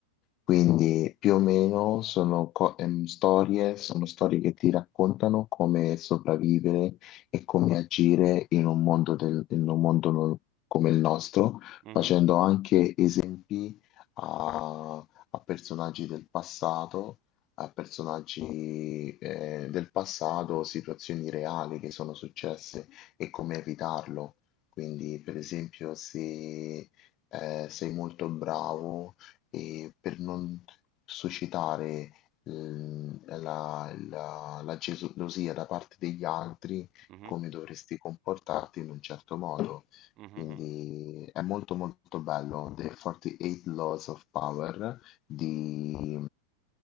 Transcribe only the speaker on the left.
quindi più o meno sono co- ehm, storie, sono storie che ti raccontano come sopravvivere e come agire in un mondo, del- in un mondo no- come il nostro,
facendo anche esempi a, a personaggi del passato, a personaggi eh, del passato, situazioni reali che sono successe e come evitarlo. Quindi, per esempio, se eh, sei molto bravo e per non suscitare ehm, la, la- la gelosia da parte degli altri,
come dovresti comportarti in un certo modo.
Quindi è molto molto bello, The 48 Laws of Power di,